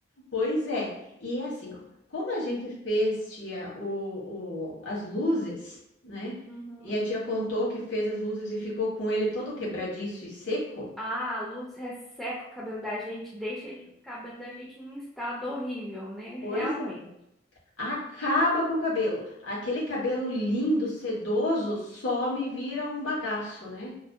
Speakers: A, on the left; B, in the centre.
A: Pois é. E assim, ó, como a gente fez, tia, o, o- as luzes, né?
B: Uhum.
A: E a tia contou que fez as luzes e ficou com ele todo quebradiço e seco.
B: Ah, a luz resseca o cabelo da gente, deixa o cabelo da gente num estado horrível, né?
A: Pois
B: Realmente.
A: Acaba com o cabelo. Aquele cabelo lindo, sedoso, só me vira um bagaço, né?